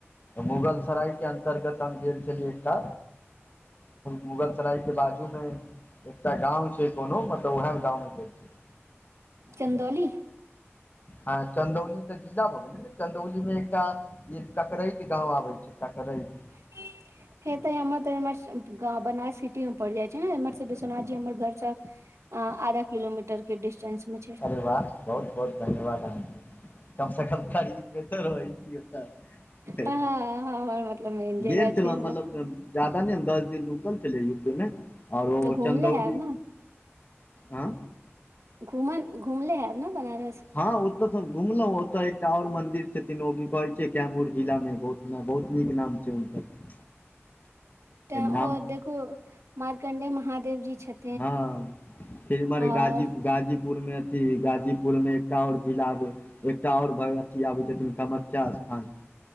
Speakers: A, on the left (about 40°); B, on the right (about 85°).
A: मुगलसराय के अंतर्गत हम गेल छली एकटा मुगल सराय के बाजू मे एकटा गाँव छै कोनो मतलब ओएह गाँंव मे गेल छलीह
B: चंदौली
A: ह चंदौली तऽ जीजा भ गेल चन्दौलीमे एकटा टकरैत गाँव आबै छै टकरैत
B: ह हे ते हमर तर ग बनारस सिटी मे पड़ि जाय छै विश्वनाथजी हमर घर सब आधा किलोमीटर के डिस्टेंस मे छै
A: वाह बहुत बहुत धन्यवाद अहाँके कम से कम खरीफमे तऽ रहै
B: हँ हमर मतलब मेन जगह
A: गेल छलौ
B: छै
A: मतलब जादा नहि हम दस दिन रुकल छलै यूपीमे आओरो
B: तऽ घुमले
A: चंदौली
B: हैब ने
A: हँ
B: घुमन घूमले हेब ने बनारस
A: हँ ओतय सब घुमलौं ओतय एकटा और मंदिर छथिन ओ की कहे छै कैमूर जिला मे बहुत। नहि बहुत नीक नाम छै हुनकर
B: तऽ
A: नाम
B: ओ देखू मारकण्डे महादेव जी छथिन।
A: हँ फिर इम्हर हय
B: और
A: गाजी गाजी। पुरमे अथी गाजीपुरमे एकटा आओर जिला दे एकटा आओर भगवती आबै छथिन कामख्या स्थान।